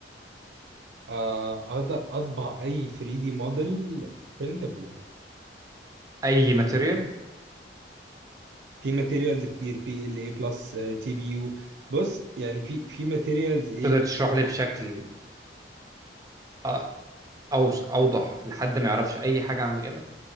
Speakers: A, on the right; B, on the right.
A: آه، اقدر اطبع اي 3 دي موديل برينتابل
B: اي ماتيريال
A: في ماتيريالز كتير بي ال اي بلس تي بي يو بص يعني في في ماتيريالز ايه
B: تقدر تشرح لي بشكل أ- أوس- اوضح لحد ما يعرفش اي حاجه عن مجالك